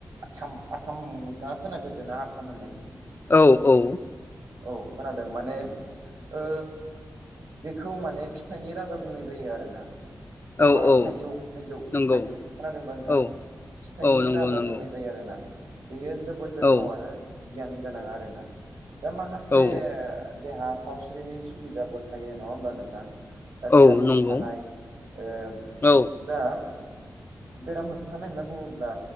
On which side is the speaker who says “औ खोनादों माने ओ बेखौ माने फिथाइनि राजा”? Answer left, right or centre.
Right